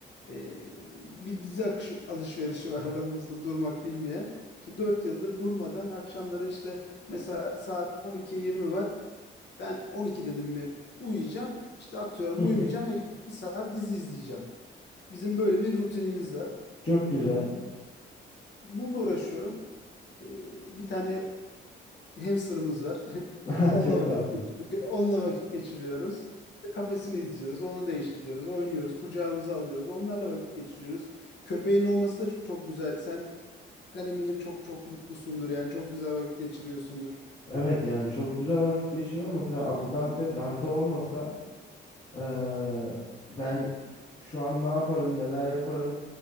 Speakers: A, on the left; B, on the left.
A: E, bir dizi akışı- alışverişi var <laughs> aramızda durmak bilmeyen. İşte 4 yıldır durmadan akşamları işte mesela saat 12'ye 20 var. Ben 12 dedim mi uyuyacağım. İşte atıyorum
B: Hı hı.
A: uyumayacağım. E, Bir saat dizi izleyeceğim. Bizim böyle bir rutinimiz var.
B: Çok güzel.
A: E, Bununla uğraşıyorum. E, Bir tane hamsterımız var. <laughs>
B: <laughs>
A: Onunla
B: Çok
A: vakit,
B: tatlı.
A: onunla vakit geçiriyoruz. İşte Kafesini izliyoruz. Onu değiştiriyoruz. Oynuyoruz. Kucağımıza alıyoruz. Onlarla vakit geçiriyoruz. Köpeğin olması da çok güzel. Sen, sen eminim çok çok mutlusundur. Yani çok güzel vakit geçiriyorsundur.
B: Evet yani çok güzel vakit geçiriyorum. Mesela adı Dante. Dante olmasa eee, ben şu an ne yaparım, neler yaparım